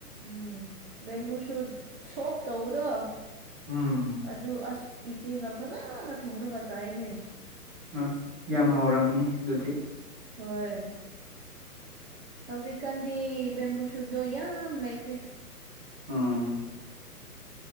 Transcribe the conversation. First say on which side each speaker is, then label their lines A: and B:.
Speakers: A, on the right; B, on the right.
A: ꯎꯝ ꯕꯤꯕꯨꯁ ꯁ ꯇꯧꯕꯗꯣ
B: ꯎꯝ
A: ꯑꯗꯨ ꯑꯁ ꯏꯆꯦꯅ ꯐꯖꯅ ꯊꯣꯡꯅꯒꯆꯥ ꯑꯥꯏꯅꯦ
B: ꯑꯁ ꯌꯥꯝ ꯍꯥꯎꯔꯝꯃꯅꯤ ꯖꯣꯇ
A: ꯍꯣꯏ ꯍꯧꯖꯤꯛꯀꯥꯟꯗꯤ ꯕꯦꯝꯕꯨ ꯁꯨꯠꯇꯣ ꯌꯥꯝ ꯂꯩꯈ꯭ꯔꯦ
B: ꯑꯝ